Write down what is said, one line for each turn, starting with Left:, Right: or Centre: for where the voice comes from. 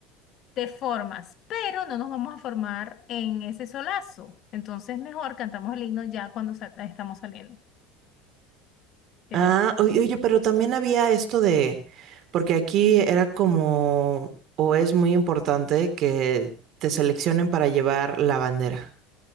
Left: te formas, pero no nos vamos a formar en ese solazo. Entonces, mejor cantamos el himno ya cuando sal- estamos saliendo. ¿Qué
Right: Ah,
Left: te-
Right: oye, oye, pero también había esto de, porque aquí era como, o es muy importante que te seleccionen para llevar la bandera.